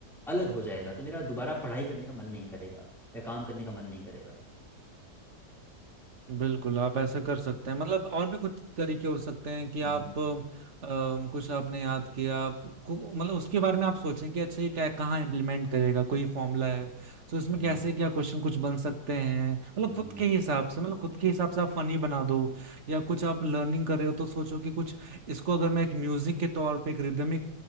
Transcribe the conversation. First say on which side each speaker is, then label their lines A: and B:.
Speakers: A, in the centre; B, on the right.
A: अलग हो जाएगा तो मेरा दोबारा पढ़ाई करने का मन नहीं करेगा या काम करने का मन नहीं करेगा
B: बिल्कुल आप ऐसा कर सकते हैं मतलब और भी कुछ तरीके हो सकते हैं कि
A: हम्म
B: आप अम, कुछ आपने याद किया आप को- मतलब उसके बारे में आप सोचें कि अच्छा ये क्या कहाँ इम्प्लीमेंट करेगा कोई फॉर्मूला है तो इसमें
A: हम्म
B: कैसे क्या क्वेश्चन कुछ बन सकते हैं मतलब
A: हम्म
B: खुद के हिसाब से मतलब खुद के हिसाब से आप फनी बना दो या कुछ आप लर्निंग कर रहे हो तो सोचो कि कुछ इसको अगर मैं एक म्यूजिक के तौर पे एक रिदमिक